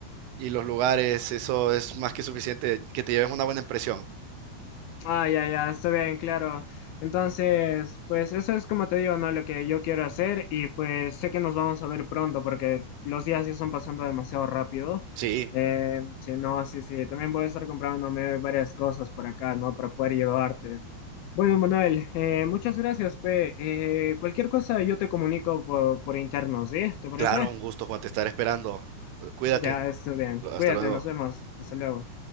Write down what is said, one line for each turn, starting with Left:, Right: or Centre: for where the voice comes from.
Right: y los lugares, eso es más que suficiente, que te lleves una buena impresión.
Left: Ah, ya, ya, está bien, claro. Entonces, pues eso es como te digo, ¿no? Lo que yo quiero hacer y pues sé que nos vamos a ver pronto porque los días ya están pasando demasiado rápido.
Right: Sí,
Left: Eh, sí, no, sí, sí, también voy a estar comprándome varias cosas por acá, ¿no? Para poder llevarte. Bueno, Manuel, eh, muchas gracias, pe. Eh, cualquier cosa yo te comunico por, por interno, ¿sí? ¿Te parece?
Right: claro, un gusto, Juan, te estaré esperando. Eh, Cuídate,
Left: Ya, está bien.
Right: lo- hasta
Left: Cuídate,
Right: luego.
Left: nos vemos. Hasta luego.